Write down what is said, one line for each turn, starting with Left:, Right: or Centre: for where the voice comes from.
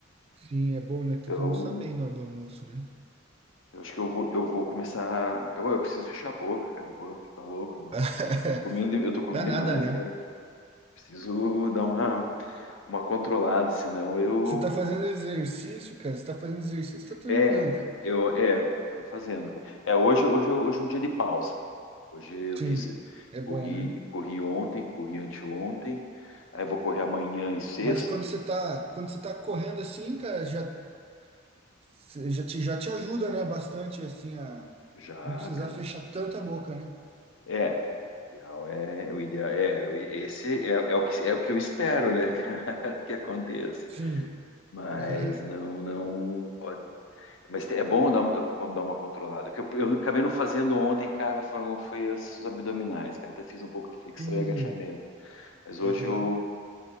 Right: Sim, é bom, né? Tem
Left: Então,
Right: que almoçar bem na hora do almoço, né?
Left: eu acho que eu vou, eu vou começar. Eu, eu preciso fechar a boca, cara. Eu vou- tá louco, meu.
Right: <laughs>
Left: Comendo, de- eu tô comendo
Right: Dá nada,
Left: demais,
Right: né?
Left: cara. Preciso dar uma, uma controlada, senão eu.
Right: Você tá fazendo exercício, cara. Você tá fazendo exercício, tá tranquilo,
Left: É,
Right: cara.
Left: eu. É, tô fazendo, cara. É, hoje, hoje, hoje é um dia de pausa. Hoje eu
Right: Sim,
Left: fiz.
Right: é bom,
Left: Corri,
Right: né?
Left: corri ontem, corri anteontem. Aí vou correr amanhã e sexta.
Right: Mas quando você tá, quando você tá correndo assim, cara, já, cê- já te, já te ajuda, né? Bastante, assim, a
Left: Já,
Right: não precisar
Left: cara.
Right: fechar tanta boca, né?
Left: É. Ideal é o ideal é o- esse é, é o que é o que eu espero, né, <laughs> cara, que aconteça.
Right: Sim,
Left: Mas
Right: <laughs>
Left: não não pode. Mas é bom dar uma, eu- quando dar uma controlada. O que eu, eu acabei não fazendo ontem, cara, foram foi os abdominais, cara. Até fiz um pouco de flexão
Right: sim.
Left: e agachamento. Mas hoje
Right: Aham.
Left: eu